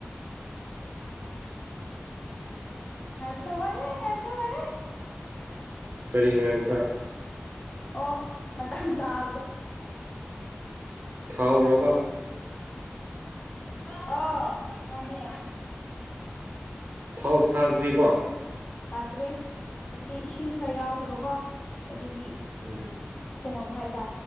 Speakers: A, on the left; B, on the right.
A: ꯉꯥꯏꯕꯗ ꯋꯥꯔꯦ ꯉꯥꯏꯕꯗ ꯋꯥꯔꯦ꯫
B: ꯀꯔꯤ ꯉꯥꯏꯕꯗ꯫
A: ꯑꯣ ꯃꯇꯥꯝ ꯇꯕꯗꯣ꯫
B: ꯊꯥꯎꯔꯕ
A: ꯑ ꯃꯅꯦ
B: ꯊꯥꯎ ꯁꯥꯗ꯭ꯔꯤꯕꯣ
A: ꯁꯥꯗ꯭ꯔꯤ ꯑꯁꯤ ꯏꯁꯤꯡ ꯈꯔ ꯌꯥꯎꯈꯤꯕꯀꯣ ꯑꯗꯨꯒꯤ
B: ꯎꯝ
A: ꯈꯣꯡꯉꯛꯄ ꯍꯥꯏ ꯇ